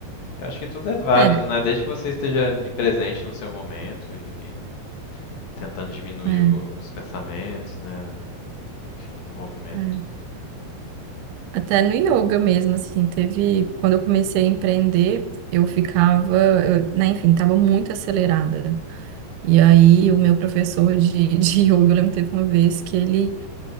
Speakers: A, on the left (about 65°); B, on the right (about 80°).
A: Eu acho que tudo é válido,
B: É,
A: né? Desde que você esteja ali presente no seu momento e, e tentando diminuir
B: é,
A: o- os pensamentos, né? Enfim, o movimento.
B: é. Até no yoga mesmo, assim, teve. Quando eu comecei a empreender, eu ficava, eu, né, enfim, estava muito acelerada. E aí, o meu professor de, <laughs> de yoga, eu lembro que teve uma vez que ele,